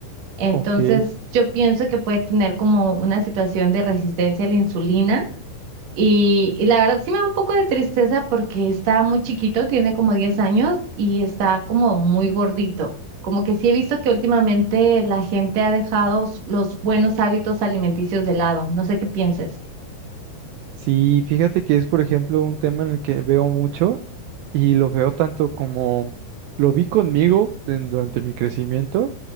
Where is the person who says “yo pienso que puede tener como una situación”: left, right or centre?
Right